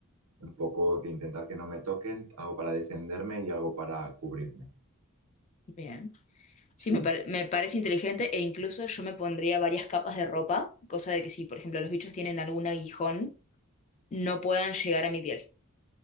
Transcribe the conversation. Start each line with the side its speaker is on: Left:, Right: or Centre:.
Right: Un poco que intentar que no me toquen, algo para defenderme y algo para cubrirme.
Left: Bien. Sí,
Right: Sí,
Left: me, pare- me parece inteligente e incluso yo me pondría varias capas de ropa, cosa de que si, por ejemplo, los bichos tienen algún aguijón, no puedan llegar a mi piel.